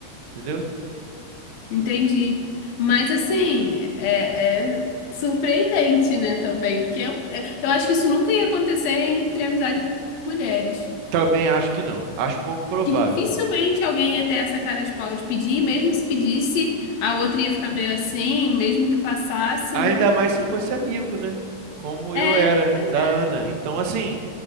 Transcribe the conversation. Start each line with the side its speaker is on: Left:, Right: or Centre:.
Right: entendeu?
Left: entendi. Mas assim, é, é surpreendente, né, também, porque é um- é- eu acho que isso nunca ia acontecer entre amizade com mulheres.
Right: Também acho que não, acho pouco provável.
Left: que dificilmente alguém ia ter essa cara de pau de pedir, e mesmo se pedisse, a outra ia ficar meio assim, mesmo que passasse,
Right: Ainda
Left: não,
Right: mais
Left: não
Right: se
Left: ia.
Right: fosse amigo, né? Como
Left: É,
Right: eu era
Left: pois
Right: da
Left: é.
Right: Ana. Então, assim,